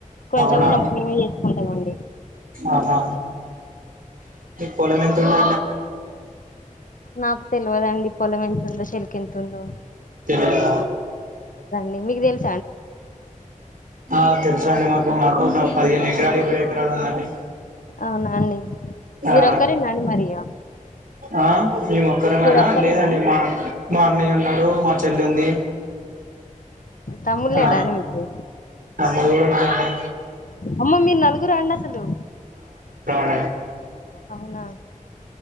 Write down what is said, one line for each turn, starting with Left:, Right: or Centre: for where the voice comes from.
Left: కొంచెం
Right: అవునా
Left: ఉన్నప్పుడు మేమే చేసుకుంటామండి
Right: ఆహా పొలమెంతుంది
Left: నాకు తెల్వదండి పొలం ఎంతుందో చెలకెంతుందో
Right: తెల్వదా
Left: మీద్మీది తెల్
Right: ఆ తెలుసండి మా మాకు పదిహేను ఎకరాలు ఇరవై ఎకరాలు ఉందండి
Left: అవునా అండి
Right: ఆ
Left: మీరు ఒక్కరేనా అండి మరిగ
Right: ఆ మేమొక్కరమేనా
Left: ఒక్కరేనా
Right: లేదండి మా మా అన్నయ్య ఉన్నాడు మా చెల్లుంది
Left: తమ్ముడు
Right: ఆ
Left: లేడా అండి మీకు
Right: తమ్ముడు గూడ ఉన్నాడండి
Left: అమ్మ మీరు నలుగురా అండి అసలు
Right: అదే
Left: అవునా